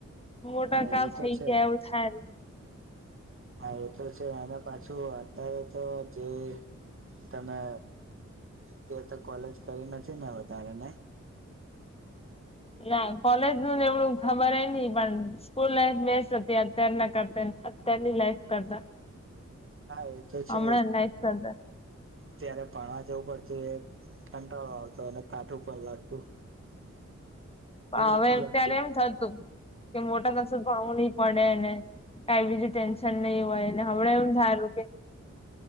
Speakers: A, on the left (about 20°); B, on the right (about 45°).
A: મોટા
B: હા
A: કા
B: એ તો
A: થઇ
B: છે
A: ગયા એવું થાય.
B: હા એ તો છે અને પાછું અત્યારે તો જે તમે તે તો કોલેજ કરી નથી ને વધારેને.
A: ના કોલેજ નું એવડું ખબર ની પણ સ્કૂલ લાઈફ બેસ્ટ હતી અત્યારના કરતા. અત્યારની લાઈફ કરતા.
B: હા એ તો છે.
A: હમણાં નઈ થતા પણ
B: ત્યારે ભણાવા જવું પડતું એ કંટાળો આવતો અને કાઠું પણ લાગતું.
A: હવે
B: નથી લાગતું
A: ત્યારે એમ થતું. કે મોટા સાસુને ભણવું નહી પડે ને કઈ બીજું ટેન્શન નહી હોયને હમણા એવું થાયલું કે.